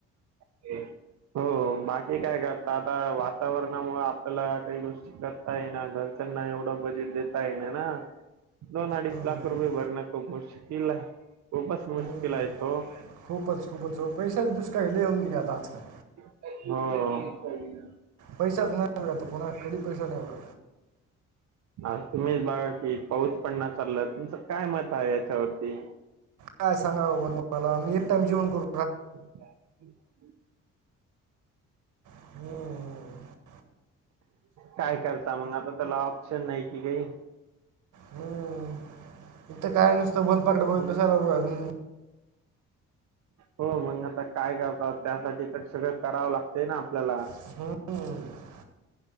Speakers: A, on the right; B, on the right.
A: ते हो बाकी काय करता आता वातावरणामुळे आपल्याला काही गोष्टी करताय ना घर्चरना एवढा बजेट देत य नाही ना दोन अडीच
B: हम्म,
A: लाख रुपय बर न खूप मुश्कल आहे खूपच मुश्कल
B: हम्म.
A: आहे तो
B: खूपच खूपच च पैशच दुष्काळी हे येऊन गेले आजकाल
A: हो
B: पैसाच नाहीला तो कोणा कध पैसा नाहीला
A: हा तुम्हीच बघा कि पाऊस पण ना चालला तुमचं काय मत आहे याच्यावरती
B: काय सांगा बाबा त मला मी एक टाइम जेवन करू
A: हो
B: होम
A: काय करता मग आता त्याला ऑप्शन नाही कि काही
B: हम्म इ काय नुसतं बोलपाकड बघ
A: हम्
B: त सार अजून
A: हो मग आता काय करतात त्यासाठी तर सगळं करावं लागतय ना आपल्याला
B: हम्म